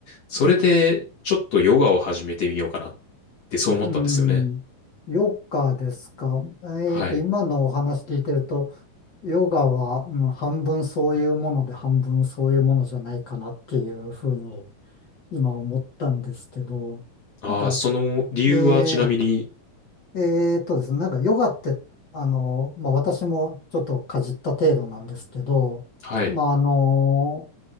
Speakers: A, on the left; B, on the left.
A: それでちょっとヨガを始めてみようかなってそう思ったんですよね。
B: うん。ヨガですか。えっと、
A: はい。
B: 今のお話聞いてると、ヨガは、うん、半分そういうもので、半分そういうものじゃないかなっていうふうに今思ったんですけど、
A: ああ、
B: なんか、
A: その理由はちなみに、
B: えー、えーっとですね、なんかヨガって、あの、まあ私もちょっとかじった程度なんですけど、
A: はい、
B: まああの、